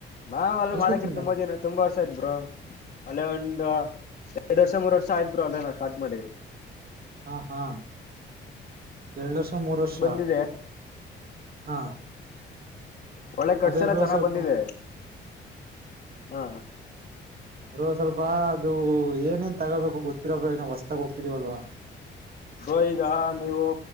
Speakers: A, on the left; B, on the right.
A: ನಾವ್ ಅಲ್ಲ
B: ಎಷ್ಟು
A: ಮಾಡಕ್ರ
B: ತಿಂದ
A: ತುಂಬಾ ಪ ದಿನ ತುಂಬಾ ವರ್ಷ ಆತ್ ಬ್ರೋ ಅಲ್ಲೇ ಒಂದು ಎರಡ್ ವರ್ಷ ಮೂರ್ ವರ್ಷ ಆಯ್ರು ಅಲ್ಲೇ ನಾವು ಸ್ಟಾರ್ಟ್ ಮಾಡಿ
B: ಹಾ ಹಾ ಎ ಸಮರುಸ
A: ಬಂದಿದೆ
B: ಹಾ <inaudible>
A: ಒಳ್ಳೆ ಕಟ್ಸ
B: ಅದೇ
A: ಎಲ್ಲ
B: ಬ್ರೋ
A: ಚೆನ್ನಾಗ್
B: ಸ್ವಲ್ಪ
A: ಬಂದಿದೆ ಹಾ
B: ಅಸ್ವಲ್ಪ ಅದು ಏನೇನ್ ತಗೋಬೇಕು ಗೊತ್ತಿರಲ್ ನ ಹೊಸತಾಗೋಗತಿದೀವಲ್ವಾ <inaudible>
A: ಗೋ ಈಗ ನೀವು